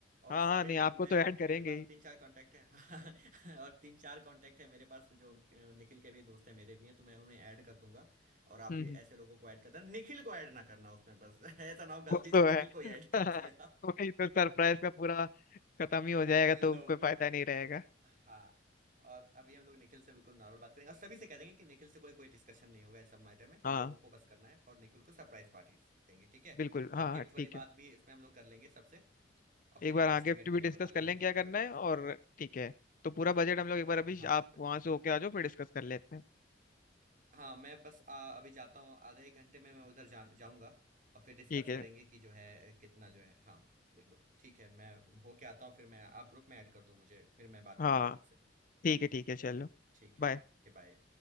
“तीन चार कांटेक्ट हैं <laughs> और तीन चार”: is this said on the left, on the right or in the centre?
Right